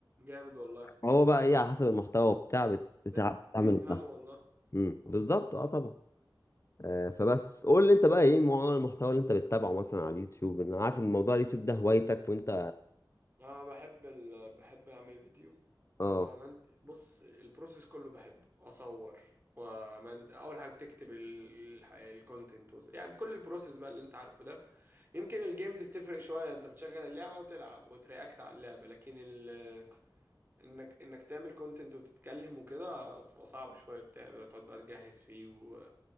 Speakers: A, on the right; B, on the left.
A: جامد والله
B: هو بقى ايه على حسب المحتوى بتاع بت- بتاع
A: بس بيفهموا
B: بتعمل ده
A: والله
B: امم بالظبط اه طبعا آه فبس قول لي انت بقى ايه نوع المحتوى اللي انت بتتابعه مثلا على اليوتيوب انا عارف ان موضوع اليوتيوب ده هوايتك وانت
A: انا بحب ال... بحب اعمل فيديو
B: اه
A: ومن... بص البروسيس كله بحبه اصور ومن... اول حاجه بتكتب ال... الكونتنت وز... يعني بكل البروسيس بقى اللي انت عارفه ده يمكن الجيمز بتفرق شويه انت بتشغل اللعبه وتلعب وترياكت على اللعبه لكن ال... انك انك تعمل كونتنت وتتكلم وكده بتبقى صعبه شويه بتاع بتقعد بقى تجهز فيه و-